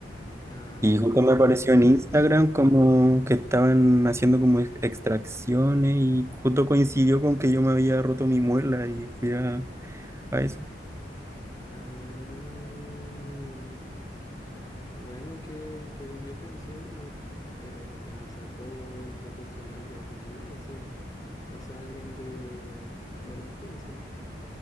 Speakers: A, on the left (about 20°); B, on the right (about 15°).
A: Ah,
B: Y justo me apareció en Instagram
A: <laughs>
B: como que estaban haciendo como ex- extracciones y justo coincidió con que yo me había roto mi muela y fui a, a eso.
A: ah. Bueno, qué, qué bien, yo pensé, no, pero te la sacó un profesional ya titulado, ¿cierto? O sea, alguien de, de la urgencia.